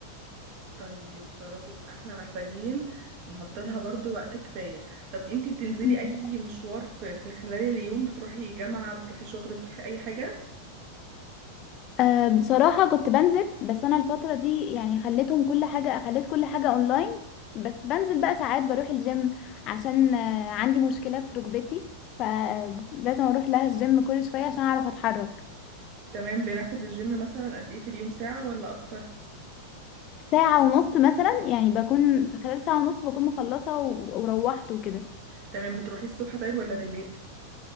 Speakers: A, on the right; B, on the left.
A: طيب خلاص يبقى احنا محتاجين نحط لها برضو وقت كفاية طب انتي بتنزلي
B: الملخص
A: اي مشوار في, في خلال اليوم بتروحي جامعة بتروحي شغل بتروحي اي حاجة
B: أه بصراحة كنت بنزل بس أنا الفترة دي يعني خليتهم كل حاجة خليت كل حاجة أونلاين بس بنزل بقى ساعات بروح الجيم عشان آه، عندي مشكلة في ركبتي فلازم أروح لها الجيم كل شوية عشان أعرف أتحرك
A: تمام بناخد الجيم مثلا قد ايه في اليوم ساعة ولا اكتر
B: ساعة ونص مثلا يعني بكون في خلال ساعة ونص بكون مخلصة و- وروحت وكده
A: تمام بتروحي الصبح طيب ولا بالليل